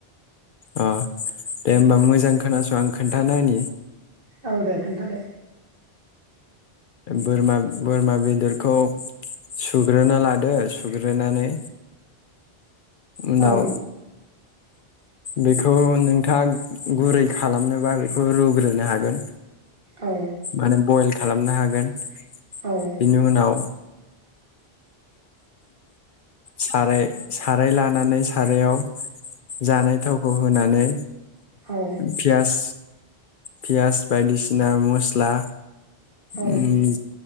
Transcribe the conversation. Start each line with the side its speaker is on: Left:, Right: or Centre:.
Left: अ दे होमबा मोजां खोनास आं खोन्थाना होनि।
Right: औ दे खोनथा दे।
Left: बोरमा बोरमा बेदरखौ सुग्रोना लादो सुग्रोनानै उनाव
Right: औ
Left: बेखौ नोंथाङा गुरै खालामनोबा बेखौ रुग्रोनो हागोन।
Right: औ
Left: माने बयेल खालामनो हागोन।
Right: औ
Left: बेनि उनाव साराय साराय लानानै सारायाव जानाय थावखौ होनानै
Right: औ
Left: पियास पियास बायदिसिना मस्ला
Right: औ
Left: उम